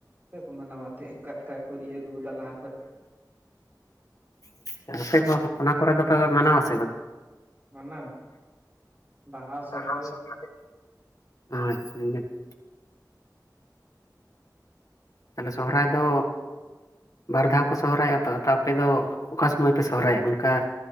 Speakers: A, on the right (about 30°); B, on the left (about 50°).
A: ᱠᱟ ᱜᱮᱠᱚ ᱢᱟᱱᱟᱣᱟ ᱮᱫ ᱛᱮᱦᱮᱡ ᱠᱟ ᱞᱮᱠᱟ ᱠᱚ ᱤᱭᱟᱹ ᱟᱹᱜᱩᱟᱠᱟᱫᱟ ᱞᱟᱦᱟ ᱠᱷᱚᱡ᱾
B: ᱟᱪᱪᱷᱟ ᱟᱯᱮ ᱠᱚᱦᱚᱸ ᱚᱱᱟ ᱠᱚᱨᱮ ᱫᱚᱯᱮ ᱢᱟᱱᱟᱣᱟ ᱥᱮ ᱵᱟᱝ?
A: ᱢᱟᱱᱟᱣ ᱵᱟᱦᱟ ᱥᱚᱨᱦᱟᱭ
B: ᱵᱟᱦᱟ ᱥᱚᱦᱨᱟᱭ ᱟᱪᱪᱷᱟ <unintelligible> ᱛᱟᱦᱚᱞᱮ ᱥᱚᱨᱦᱟᱭ ᱫᱚ ᱵᱟᱨ ᱫᱷᱟᱣ ᱠᱚ ᱥᱚᱦᱨᱟᱭᱚᱜᱼᱟ ᱛᱚ ᱟᱯᱮ ᱫᱚ ᱚᱠᱟ ᱥᱚᱢᱚᱭ ᱯᱮ ᱥᱚᱦᱨᱟᱭᱚᱜ ᱚᱱᱠᱟ